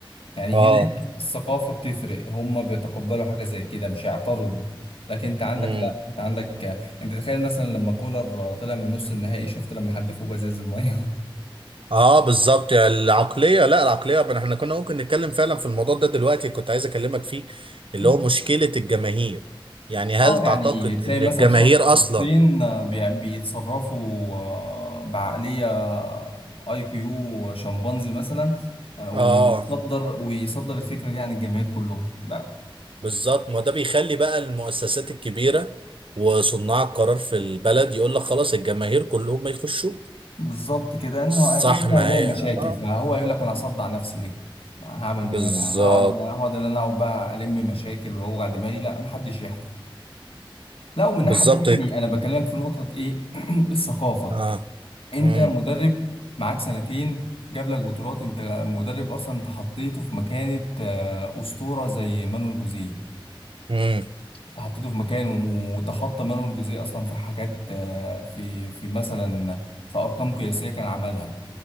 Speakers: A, on the left; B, on the right.
A: يعني
B: اه
A: هناك الثقافه بتفرق هم بيتقبلوا حاجه زي كده مش هيعترضوا لكن انت عندك
B: امم
A: لا انت عندك انت تخيل مثلا لما كولر طلع من نص النهائي شفت لما حدفوه بازاز الميه
B: اه بالظبط يعني العقليه لا العقليه بن- احنا كنا ممكن نتكلم فعلا في الموضوع ده دلوقتي كنت عايز اكلمك فيه اللي
A: <laughs>
B: هو مشكله الجماهير يعني هل
A: اه يعني
B: تعتقد
A: تلاقي
B: ان
A: مثلا
B: الجماهير
A: شخص شخصين
B: اصلا
A: آه، بي- بيتصرفوا آه، بعقلية آه، اي كيو شمبانزي مثلا آه، ويصدر
B: اه
A: ويصدر الفكرة دي عن الجماهير كلهم لا
B: بالظبط ما ده بيخلي بقى المؤسسات الكبيره وصناع القرار في البلد يقول لك خلاص الجماهير كلهم ما يخشوش
A: بالظبط كده انه
B: صح
A: كده كده
B: ما
A: هيلاقي
B: هي
A: مشاكل
B: اه
A: فهو يقول لك انا هصدع نفسي ليه هعمل
B: بالظبط
A: هقعد هقعد ان انا اقعد بقى الم مشاكل واوجع دماغي لا محدش يحضر لا ومن
B: بالظبط
A: ناحية تانية يعني انا بكلمك في نقطة ايه <clears throat> الثقافة
B: اه
A: انت
B: امم
A: مدرب معاك سنتين جاب لك بطولات انت مدرب اصلا انت حطيته في مكانة آه، اسطورة زي مانويل جوزيه
B: امم
A: انت حطيته في مكان وتخطى مانويل جوزيه اصلا في حاجات آه، في في مثلا في ارقام قياسية كان عملها